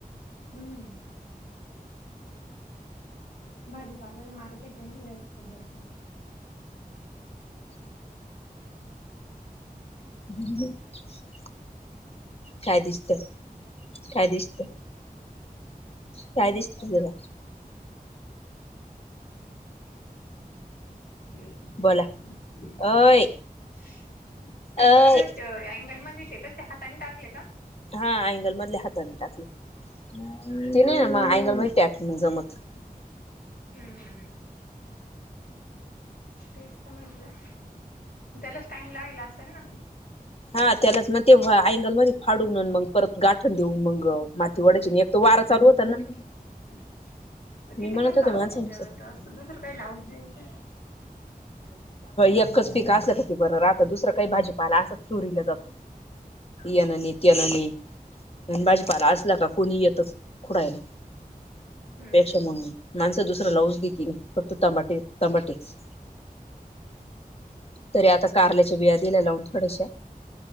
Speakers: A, on the left; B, on the left.
A: <inaudible> भाजीपाल्याला मार्केट आहे ना जास्त भरपूर.
B: <inaudible> काय दिसत काय दिसत काय दिसत तुला.
A: ह <unintelligible>
B: बोला अय
A: पेपर
B: अय
A: घच अँगल मध्ये तेे का हातानी टाकले का.
B: हा अँंगल मधल्या हाताने टाकले ते नाही ना
A: हम्म
B: मग अँंगल म टाकवणे जमत.
A: हम्म हम्म हम्. तेच तर म्हटलं त्यालाच टाइम लागला असेल ना.
B: हा त्यालाच मग ते अँंगल म फाडून मग परत गाठण देऊन मग. मती वाढायची एक त वार लू होता ना.
A: मग
B: मी
A: तिथे
B: म्हणत
A: काय
B: होते
A: लावाच
B: माणसांचं
A: टम्यतो असं दुसरं काही लाव नाही का
B: एकच पिक असलं का त बर रा आता दुसरं काही भाजी पाला अस चोरीला जात. यनी ने त्यानं ने. भाजीपाला असल का कोणी येतं खुडयला.
A: हम् हम्.
B: मग माणसं दुसरा लावज देतील फक्त तंबाटे तंबाटेच. तरी आता कारल्याच्या बिया दिल्या लावून थोडेश